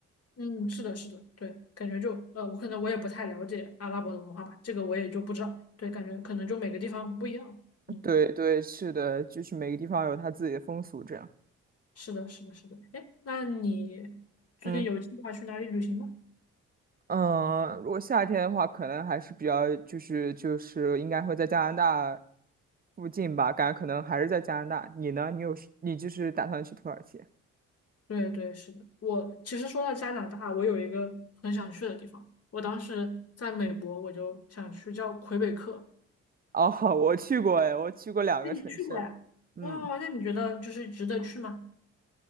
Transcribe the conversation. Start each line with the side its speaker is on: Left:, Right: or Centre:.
Left: 嗯，是的，是的，对，感觉就呃，我可能我也不太了解阿拉伯的文化吧，这个我也就不知道。对，感觉可能就每个地方不一样。嗯，
Right: 对对，是的，就是每个地方有它自己的风俗这样。
Left: 是的，是的，是的。哎，那你最近有计划去哪里旅行吗？
Right: 嗯。嗯，如果夏天的话，可能还是比较就是就是应该会在加拿大附近吧，感觉可能还是在加拿大。你呢？你有你就是打算去土耳其？
Left: 对，对，是的。我其实说到加拿大，我有一个很想去的地方。我当时在美国，我就想去叫魁北克。
Right: 哦，<laughs> 我去过哎，我去过两个城市，
Left: 哎，你去过呀？
Right: 嗯，
Left: 哇，那你觉得就是值得去吗？